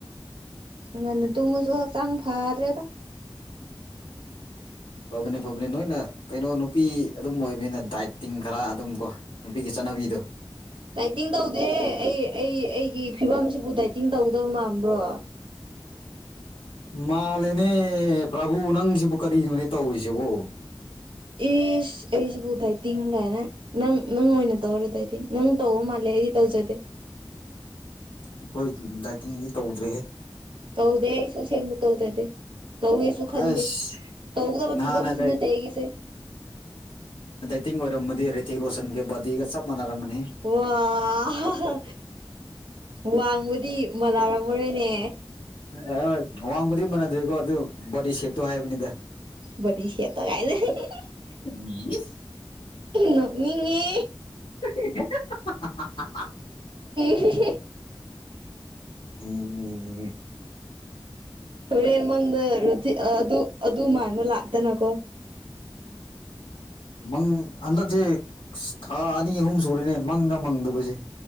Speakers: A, on the right; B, on the left.
A: ꯉꯟꯅ ꯇꯨꯃꯁꯨ ꯍꯛꯆꯥꯡ ꯐꯥꯗ꯭ꯔꯦꯗ
B: ꯐꯕꯅꯤ ꯐꯕꯅꯤ ꯅꯣꯏꯅ ꯀꯩꯅꯣ ꯅꯨꯄꯤ ꯑꯗꯨꯝ ꯑꯣꯏꯕꯅꯤꯅ ꯗꯥꯏꯠꯇꯤꯡ ꯈꯔ ꯑꯗꯨꯝ ꯀꯣ ꯅꯨꯄꯤꯒꯤ ꯆꯠ ꯅꯕꯤꯗꯣ
A: ꯗꯥꯏꯇꯤꯡ ꯇꯧꯗꯦ ꯑꯩ ꯑꯩ ꯑꯩꯒꯤ ꯐꯤꯕꯝꯁꯤꯕꯨ ꯗꯥꯏꯇꯤꯡ ꯇꯧ ꯃꯟꯕ꯭ꯔꯣ
B: ꯃꯥꯂꯦꯅꯦ ꯄ꯭ꯔꯥꯚꯨ ꯅꯪꯁꯤꯕꯨ ꯀꯔꯤꯅꯣꯅꯦ ꯇꯧꯔꯤꯁꯤꯕꯣ
A: ꯏꯁ ꯑꯩꯁꯤꯕꯨꯗꯥꯥꯏ ꯇꯤꯡꯒꯥꯏꯅ ꯅꯪ ꯅꯪ ꯑꯣꯏꯅ ꯇꯧꯔꯗꯥꯏꯗꯤ ꯅꯪ ꯇꯧ ꯃꯥꯜꯂꯦ ꯑꯩ ꯇꯧꯖꯗꯦ
B: <inaudible> ꯑꯩꯈꯣꯏ ꯗꯥꯏꯇꯤꯡꯗꯤ ꯇꯧꯗ꯭ꯔꯦꯍꯦ
A: ꯇꯧꯗꯦ ꯑꯩꯁꯨ ꯑꯁꯦꯡꯕ ꯇꯧꯗꯗꯦ ꯇꯧꯒꯦꯁꯨ
B: ꯑꯁ
A: ꯈꯟꯗꯦ ꯇꯧꯒꯗꯕ
B: ꯅꯍꯥꯟꯅ
A: ꯐꯤꯕꯝꯁꯨ
B: ꯗꯥꯏ
A: ꯅꯠꯇꯦ ꯑꯩꯒꯤꯁꯦ
B: ꯇꯤꯡ ꯑꯣꯏꯔꯝꯝꯕꯗꯤ ꯔꯦꯇꯤꯛ ꯔꯣꯁꯟꯒ ꯕꯗꯤꯒ ꯆꯞ ꯃꯅꯔꯝꯃꯅꯤ
A: ꯋꯥꯑꯣ ꯍꯥ ꯍꯥ ꯍꯥ ꯋꯥꯡꯕꯗꯤ ꯃꯅꯥꯥꯔꯝꯃꯔꯝꯔꯣꯏꯅꯦ
B: ꯍꯥ ꯑꯥ ꯋꯥꯡꯕꯗꯤ ꯃꯥꯟꯅꯗ꯭ꯔꯦꯀꯣ ꯑꯗꯨ ꯕꯣꯗꯤ ꯁꯦꯞꯇꯣ ꯍꯥꯏꯕꯅꯤꯗ
A: ꯕꯗꯦ ꯁꯦꯇ ꯒꯥꯏꯗꯅ ꯍꯦ ꯍꯦ ꯍꯦ ꯍꯦ
B: ꯎꯝ ꯌꯨꯁ
A: ꯅꯣꯛ ꯅꯤꯡꯉꯦ
B: ꯍꯦ ꯍꯦ ꯍꯥ ꯍꯥ ꯍꯥ ꯍꯥ ꯍꯥ
A: ꯍꯦ ꯍꯦ ꯍꯦ
B: ꯒꯨꯝꯃꯤꯌꯦ ꯑꯁ
A: ꯍꯣꯔꯦꯟ ꯃꯪꯗ ꯔꯣꯇꯤ ꯑꯗꯨ ꯑꯗꯨ ꯃꯥꯟꯕ ꯂꯥꯛꯇꯅꯀꯣ
B: ꯃꯪ ꯍꯟꯗꯛꯁꯦ ꯊꯥ ꯑꯅꯤ ꯑꯍꯨꯝ ꯁꯨꯔꯦꯅꯦ ꯃꯪꯒ ꯃꯪꯗꯕꯁꯦ